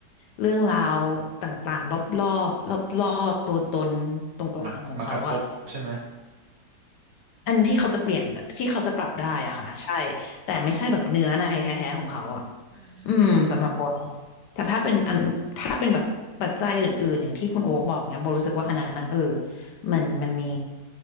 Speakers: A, on the left; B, on the right.
A: เรื่องราวต่างๆรอบๆรอบๆตัวตนตรงกลางของเขาอ่ะ
B: มามากระทบใช่ไหม
A: อันที่เขาจะเปลี่ยนที่เขาจะปรับได้อะค่ะใช่แต่ไม่ใช่แบบเนื้อในแท้ๆของเขาอะ
B: อืม
A: อืมสำหรับโบนะแต่ถ้าเป็นอันถ้าเป็นแบบปัจจัยอื่นๆอย่างที่คุณโอ๊คบอกเนี่ยโบรู้สึกว่าอันนั้นนะเออมันมันมี